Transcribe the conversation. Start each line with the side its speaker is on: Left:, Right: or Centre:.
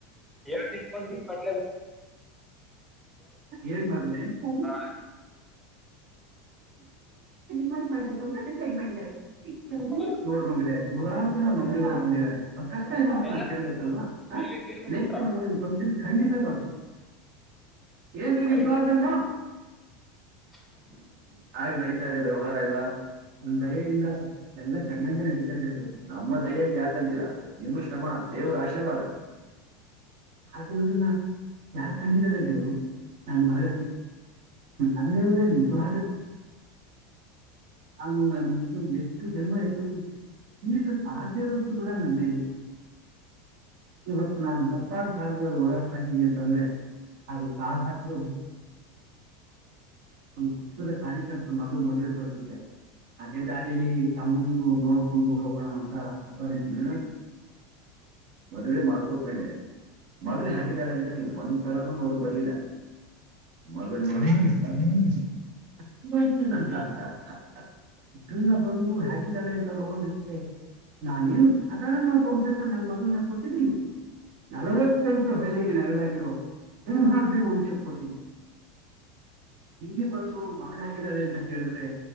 Centre: ಎಟ ಕಟ್ಟ
Right: ಏನ್ ಮಾಡ್ರೆ ಮನೆಪಲ್ಲ
Centre: ಹಾ,
Right: ಮಾಡ್ರ ತ ಬಂದಾರೆ ಈರು
Centre: ಹೌದ್.
Right: ನೋ ಮಂಗ ನೂರಾತ್ರಿ ಮಂಗಂದಿದ್ದಾರೆ ಅ ಕಷ್ಟ ಏ
Centre: ಏನು?
Right: ಕೇಳ್ಬೇಕತ್ತಲ್ವಾ
Centre: ಮೇಲೆ ನೀರ್ ಬಿಟ್ಬಿಟ್ರ
Right: ನ ಮೂ ಬ ಖಂಡಿತತ ಏನ್ನಿ
Centre: ಐದು.
Right: ಪ್ರಾರ್ಸನಾ
Centre: <unintelligible> <inaudible>
Right: ಆಯ್ ನಡೀತಾ ಇದ್ರೆ ವ್ಯವಹಾರ ಇಲ್ವಾ ನ ದಯೆಯಿಂದ ಎಲ್ಲ ಚೆನ್ನಾಗೇ ನಡೀತಾ ಇದ ನಮ್ಮ ದಯ ಯಾಕಂತಿಲ್ಲ ಏನು ಶ್ರಮ ದೇವ ಆಶೀರ್ವಾದ ಆದ್ರ ಯಾರ ಕಂದರಲ್ಲ ದೇವರು ನನ್ ಬಹಳ ಅಂದ ನೀ ತವ ಅ ನಷ್ಟು ೇಮ ಈ ರತ ಸಾಧ್ಯಧ್ಯರತ್ತು ಕೂಡ ನಮ್ಮ ಮೇಲಿದೆ ಇವತ್ತು ನಾ ಹತ್ತಾರು ಸಾವಿರದೊಳಗೆ ಓಡಾಡ್ತಾ ಇದ್ದೀನಿ ಅಂತಂದ್ರೆ ಅದು ಕಾವ ಹಕಲು ಬಿ ಒಂದು ಪುಕ್ತದ ಕಾರ್ಯಕರ್ತರು ಮದುವ ಮದುವೆ ಬರ್ದಿದ್ದಾರೆ ಹಾಗೆ ದಾರಿಲಿ ತಮ್ಮನ್ನು ನೋಡ್ಕೊಂಡು ಹೋಗೋಣ ಅಂತ ಸ ಇದು ಮದೆ ಮಾರ್ಕ ಮೇಲೆ ಮದುವವೆ ಹಾಗಗಿದಿದ್ದಾರೆ ಎಂತ ನೀವು ಬಂದ್ ಚಲ ನೋಡಕ್ ಬಂದರ ಮದುವೋ <unintelligible> <inaudible> ಇದನ್ನ ಬಂದು ಹಾಗಿದ್ದಾಳೆ ಅಂತ ನೋಲಿಕ್ಕೆೆ ನಾನೇ ಅದ ನಾಂತ ನಂಗ ಮಗ ನಾ ಕೊಡ್ತಿದ್ದ ನೀವು ನಲವತ್ತೆಂಟು ಬೆಳ್ಳಿಗೆ ನೆರಳಾಗಿರು ಹ್ಮ ಹಾ ಒಂಚ ಕಟ ಹಗೆ ಬಂದು ಮದುವೆ ಹಗಿದ್ದಾಳೆ ಅಂತ ಕೇಳಿದ್ರೆ